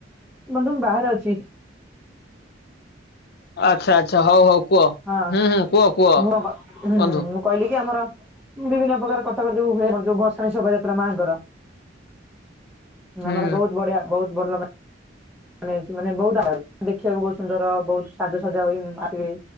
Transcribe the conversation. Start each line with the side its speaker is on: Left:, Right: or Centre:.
Centre: ବନ୍ଧୁ ମୁଁ ବାହାରେ ଅଛି।
Left: ଆଚ୍ଛା ଆଚ୍ଛା ହଉ ହଉ କୁହ
Centre: ହଁ
Left: ହୁଁ ହୁଁ କୁହ କୁହ
Centre: ମୁଁ ହୁଁ
Left: ବନ୍ଧୁ।
Centre: ମୁଁ କହିଲି କି ଆମର ବିଭିନ୍ନ ପ୍ରକାର କଟକରେ ଯୋଉ ହୁଏ ଯୋଉ ଭସାଣି ଶୋଭାଯାତ୍ରା ମାଙ୍କର
Left: ହୁଁ।
Centre: ଆମର ବହୁତ ବଢିଆ ବହୁତ ଭଲ ମାନ ମାନେ ମାନେ ବହୁତ ଆ <unintelligible> ଦେଖିବାକୁ ବହୁତ ସୁନ୍ଦର ବହୁତ ସାଜସଜା ହୋଇ ମା ଆସିବେ।